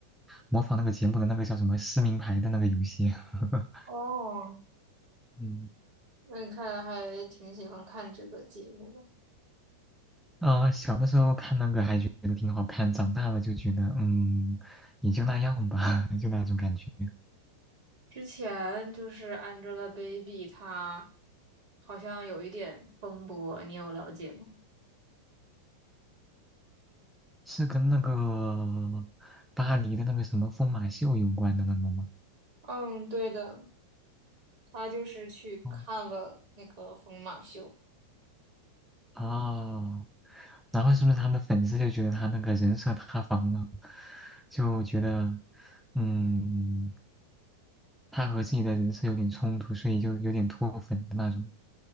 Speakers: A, in the centre; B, on the right.
A: 模仿那个节目的那个叫什么撕名牌的那个游戏。<laughs>
B: 哦，
A: 嗯，
B: 那你看来还挺喜欢看这个节目的。
A: 啊、小的时候看那个还觉得挺好看，长大了就觉得嗯也就那样吧，<laughs> 就那种感觉。
B: 之前就是 Angelababy，她好像有一点风波，你有了解吗？
A: 是跟那个巴黎的那个什么疯马秀有关的那个吗？
B: 嗯，对的，她就是去看了那个疯马秀。
A: 哦，哦然后是不是他的粉丝就觉得他那个人设塌房了，就觉得，嗯，他和自己的人设有点冲突，所以就有点脱粉的那种。